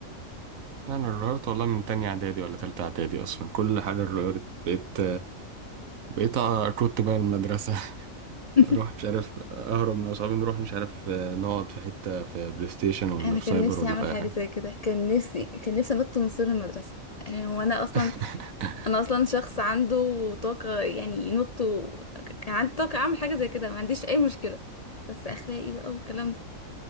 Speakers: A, on the right (about 75°); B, on the left (about 45°).
A: انا اتغيرت والله من تانية اعدادي ولا تالتة اعدادي اصلا كل حاجه اتغيرت بقيت بقيت كنت بقى من المدرسة <laughs>
B: <laughs>
A: اروح مش عارف اهرب من اصحابي نروح مش عارف آه، نقعد في حتة في بلاي ستيشن ولا
B: انا
A: في
B: كان
A: سايبر
B: نفسي
A: ولا
B: اعمل
A: في اي
B: حاجه
A: حاجة
B: زي كده كان نفسي كان نفسي انط من سور المدرسه يعني هو انا اصلا
A: <laughs>
B: انا اصلا شخص عنده طاقه يعني ينط و... كان عندي طاقه اعمل حاجه زي كده ما عنديش اي مشكله بس اخلاقي بقى والكلام ده